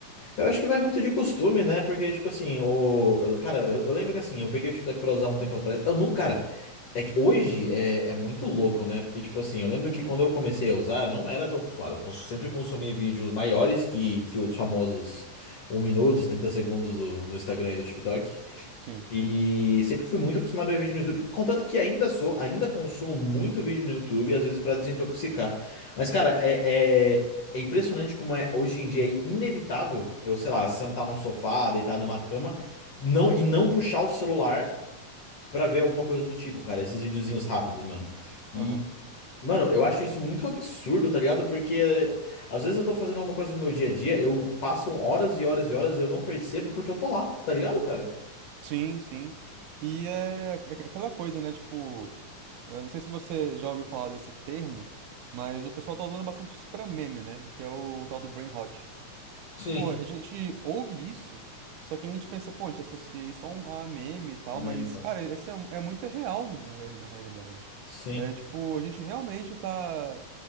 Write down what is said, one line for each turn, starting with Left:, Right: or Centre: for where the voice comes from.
Left: Eu acho que vai muito de costume, né? Porque, tipo assim, o. eu- Cara, eu, eu lembro que assim, eu peguei o TikTok pra usar um tempo atrás. Eu não, cara, é que hoje é, é muito louco, né? Porque, tipo assim, eu lembro
Right: Uhum,
Left: que quando eu comecei a usar, não era tão acostumado. Eu cons- sempre consumi vídeos maiores que, que os famosos um minuto, os 30 segundos do, do Instagram e do TikTok.
Right: sim.
Left: E sempre fui muito acostumado a ver vídeo no YouTube. Contanto que ainda sou, ainda consumo muito vídeo no YouTube, às vezes pra desintoxicar. Mas, cara, é, é, é impressionante como é hoje em dia é inevitável eu, sei lá, sentar num sofá, deitar numa cama, não e não puxar o celular pra ver alguma coisa do tipo, cara. Esses videozinhos rápidos, mano. E,
Right: Aham.
Left: mano, eu acho isso muito absurdo, tá ligado? Porque eh, às vezes eu tô fazendo alguma coisa no meu dia a dia, eu passam horas e horas e horas e eu não percebo porque eu tô lá, tá ligado, cara?
Right: Sim, sim. E é aqu- aqu- aquela coisa, né? Tipo, eu não sei se você já ouviu falar desse termo, mas o pessoal tá usando bastante isso pra meme, né? Que é o tal do brain rot.
Left: Sim,
Right: Tipo, a gente ouve isso, só que a gente pensa, pô, a gente associa isso a, um, a meme e tal,
Left: Meme,
Right: mas,
Left: tá?
Right: cara, esse é, é muito real, na, ver- na realidade.
Left: Sim,
Right: É, tipo, a gente realmente tá